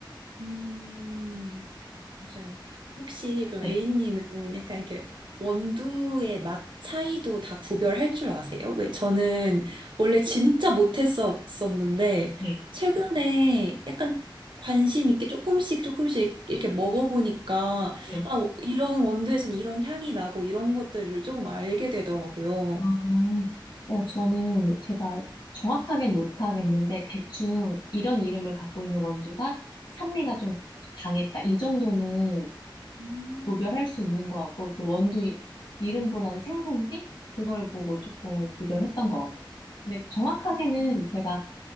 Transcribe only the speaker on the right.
음, 맞아요. 혹시 그럼
A님은 약간 이렇게 원두의 맛 차이도 다 구별할 줄 아세요? 왜 저는
원래 진짜 못했었었는데
최근에 약간 관심 있게 조금씩 조금씩 이렇게 먹어보니까
아, 이런 원두에서는 이런 향이 나고 이런 것들을 조금 알게 되더라고요.
음,